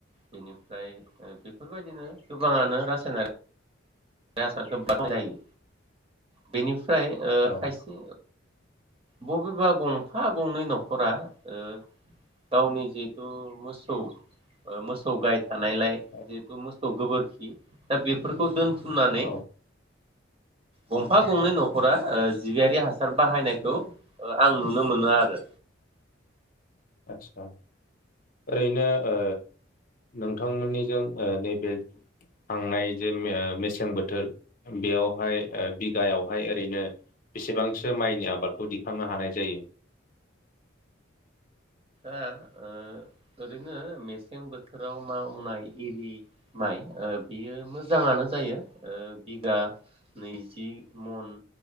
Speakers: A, on the right (about 30°); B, on the left (about 45°).
A: बेनि ओमफ्राय ओ बेफ बफोरबायदिनो गोबाङानो रासायनारि बे हासारखौ बाहायो बेनि फ्राय ओ
B: औ
A: खायसे बबेबा गंफा गंनै न'खरा ओ गावनि जिहेथु मोसौ ओ मोसौ गाय थानायलाय
B: औ
A: जिहेथु मोसौ गोबोरखि दा बेफोरखौ दोन थुमनानै
B: औ
A: गंफा
B: उम
A: गंनै न'खर न'खरा ओ जिबियारि हासार बाहायनायखौ ओ आं नुनो मोनो आरो।
B: आतसा ओरैनो ओ नोंथांमोननिजों ओ नैबे थांनाय जे मेसें बोथोर बेयावहाय ओ बिगायावहाय ओरैनो बेसेबांसो माइनि आबादखौ दिखांनो हानाय जायो?
A: आ ओ ओरैनो मेसें बोथोराव मावनाय एजि माइ ओ बियो मोजाङानो जायो ओ बिगा नैजि मन